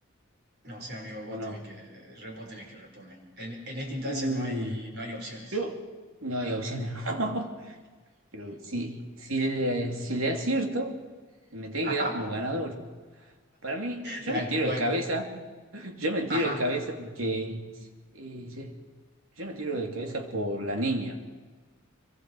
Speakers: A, on the right (about 55°); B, on the right (about 85°).
A: No, o sea, amigo,
B: ¿o
A: vos
B: no?
A: tenés que, re- vos tenés que responder. En, en esta instancia
B: Uh,
A: no hay, no hay opciones.
B: yo. No hay opciones. <laughs> Pero si, si le, si le acierto, me tiene
A: <laughs>
B: que
A: Ajá.
B: dar como ganador. Para mí, yo
A: Dale,
B: me tiro
A: bueno,
B: de cabeza, <laughs> yo me tiro
A: ajá.
B: de cabeza porque eh, yo, yo me tiro de cabeza por la niña.